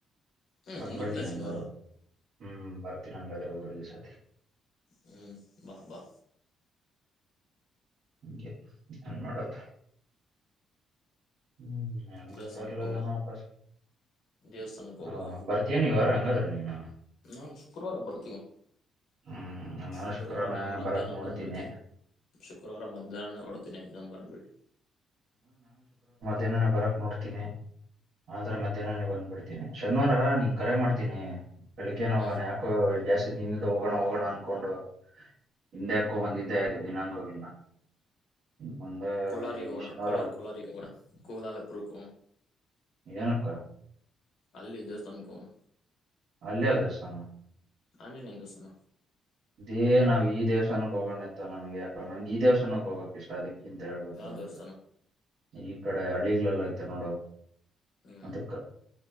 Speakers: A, on the left; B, on the right.
A: ಹ್ಮ್
B: ಬಂದ್ಬಿಡ್ತೀನಿ
A: ಮುಂದಿನ ಶನಿವಾರ
B: ಹಂಗಾದ್ರೆ ಹು ಬರ್ತೀನಿ ಹಂಗಾದ್ರ ಬರ ಊರ್ಗ ಸಾ <unintelligible>
A: ಹೂ ಬಾ ಬಾ
B: ಹಗೆ ನನ್ ಮಾಡೋದು <unintelligible> ಹು ಹೆಂಗ
A: ದೇವಸ್ಥಾನಕ್ಕೆ
B: ಬರಲೋ
A: ಹೋಗುವ
B: ಏನ ವಾಪಸ್
A: ದೇವಸ್ಥಾನಕ್ಕೆ ಹೋಗುವ
B: ಹ ಬರ್ತೀನಿ ಈ ವಾರ ನಡ್ರಿ ನೀನು <unintelligible>
A: ನಾನ್ ಶುಕ್ರವಾರ ಬರ್ತೀನಿ
B: ಹ್ಮ್ ನಾನು
A: ಶುಕ್ರವಾರ ನ ಮಧ್ಯಾಹ್ನ
B: ಬರಕ್ ನೋಡ್ತೀನಿ
A: ಬಂದ್ಬಿಡ್ತೀನಿ ಶುಕ್ರವಾರ ಮಧ್ಯಾಹ್ನನೇ ಹೊಓಡ್ತೀನಿ ಎಕ್ಸಾಮ್ ಬರ್ದಬಿಟ್ಟು
B: ದಿನನೇ ಬರಕ್ ನೋಡ್ತೀನಿ ಆದ್ರೆ ಮಧ್ಯನನೆ ಬಂದ್ ಬಿಡ್ತೀನಿ ಶನಿವಾರ ನಿನ್ ಕರೆ ಮಾಡ್ತೀನಿ ಬೆಳಿಗ್ಗೆನ್ ಹೋಗೋಣ
A: ಹ್ಮ್
B: ಯಾಕೆ ಜಾಸ್ತಿ <unintelligible> <inaudible> ಹೋಗೋಣ ಹೋಗೋಣ ಅನ್ಕೊಂಡು ಹಿಂದ್ಯಾಕೋ ಬಂದಿದ್ದೆ ದಿನಾಂಕಗಳನ್ನ ಮುಂದೆ
A: ಕೊಳ್ಳಾರಿ ಹೋಗೋಣ
B: ಈ ಶನಿವಾರ
A: ಕೊಳ್ಳಾರಿ ಕೊಳ್ಳಾರಿ ಹೋಗೋಣ ಕೋಲಾಲಪುರಕ
B: ಏನಕ್ಕ
A: ಅಲ್ಲಿ ದೇವಸ್ಥಾನ ಹೋಗೋಣ
B: ಅಲ್ಲೇ ಯಾವ ದೇವಸ್ಥಾನ
A: ಆಂಜನೇಯ ದೇವಸ್ಥಾನ
B: ಏ ನಾವ್ ಈ ದೇವಸ್ಥಾನ ಹೋಗೋಣತ್ತ ನನ್ಗೆ ಯಾಕ ನನ್ಗೆ ಈ ದೇವಸ್ಸಾನಕ್ಕೆ ಹೋಗಕ್ ಇಷ್ಟ ಅದಕ್ಕೆ ಕ್ಕಿಂತ ಹೇಳ್ಬೇಕು
A: ಯಾವ
B: ಅಂದ್ರೆ
A: ದೇವಸ್ಥಾನ
B: ಈ ಕಡೆ ಹಳ್ಳಿಗಳಲ್ಲೇ ಐತಿ ನೋಡು
A: ಹೂ
B: ಅದಕ್ಕ